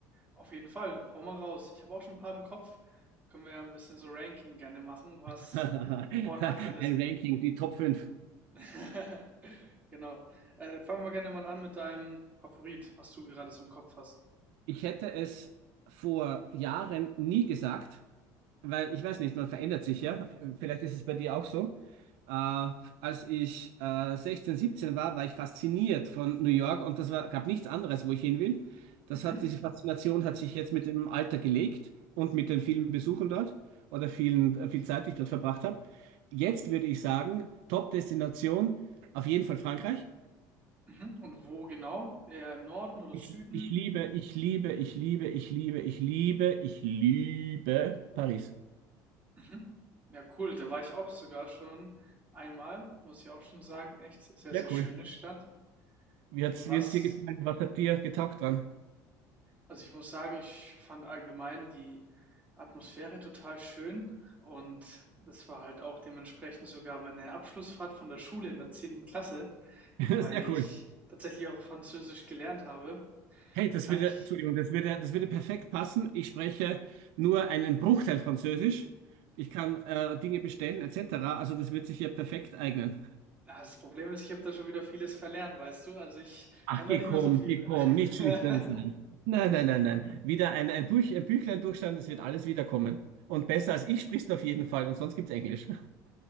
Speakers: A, on the right (about 15°); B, on the right (about 80°).
A: auf jeden Fall. Hau mal raus. Ich habe auch schon ein paar im Kopf. Da können wir ja ein bisschen so Ranking gerne machen, was
B: <laughs> Ein
A: Vor und Nachteile sind.
B: Ranking, die Top fünf.
A: <laughs> Genau. Äh, fangen wir gerne mal an mit deinem Favorit, was du gerade so im Kopf hast.
B: Ich hätte es vor Jahren nie gesagt, weil ich weiß nicht, man verändert sich ja. Vielleicht ist es bei dir auch so. Äh, als ich äh, 16, 17 war, war ich fasziniert von New York und das war, gab nichts anderes, wo ich hin will. Das
A: Mhm.
B: hat, diese Faszination hat sich jetzt mit dem Alter gelegt und mit den vielen Besuchen dort oder vielen, äh, viel Zeit, die ich dort verbracht habe. Jetzt würde ich sagen, Top-Destination auf jeden Fall Frankreich.
A: Mhm. Und wo genau? Eher im Norden oder
B: Ich,
A: Süden?
B: ich liebe, ich liebe, ich liebe, ich liebe, ich liebe, ich liebe Paris.
A: Mhm. Ja, cool. Da war ich auch sogar schon einmal, muss ich auch schon sagen. Echt sehr,
B: Sehr
A: sehr schöne
B: cool.
A: Stadt.
B: Wie hat's,
A: Was
B: wie dir gefallen? Was hat dir getaugt dran?
A: Also, ich muss sagen, ich fand allgemein die Atmosphäre total schön und das war halt auch dementsprechend sogar meine Abschlussfahrt von der Schule in der zehnten Klasse,
B: <laughs>
A: weil
B: Sehr
A: ich
B: cool.
A: tatsächlich auch Französisch gelernt habe.
B: Hey,
A: Da
B: das
A: kann
B: würde,
A: ich
B: Entschuldigung, das würde, das würde perfekt passen. Ich spreche nur einen Bruchteil Französisch. Ich kann äh, Dinge bestellen, etc. Also das wird sich hier perfekt eignen.
A: ja, das Problem ist, ich habe da schon wieder vieles verlernt, weißt du? Also, ich
B: Ach,
A: kann da
B: geh
A: nicht
B: komm,
A: mehr so viel.
B: geh komm, nicht schüchtern
A: <laughs>
B: sein. Nein, nein, nein, nein. Wieder ein, ein Buch, ein Büchlein durchschauen, das wird alles wiederkommen. Und besser als ich sprichst du auf jeden Fall und sonst gibt's Englisch.